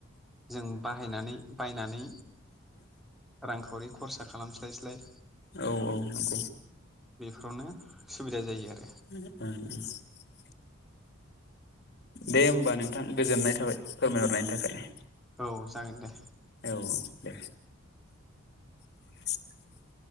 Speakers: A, in the centre; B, on the left.
A: जों बाहायनानै बायनानै रांखावरि खरसा खालामस्लायस्लाय
B: औ औ नंगौ।
A: बेफोरावनो सुबिदा जायो आरो।
B: <unintelligible> दे होमबा नोंथां गोजोननाय थाबाय फोरमायहरनायनि थाखाय।
A: औ जागोन दे।
B: औ औ दे <inaudible>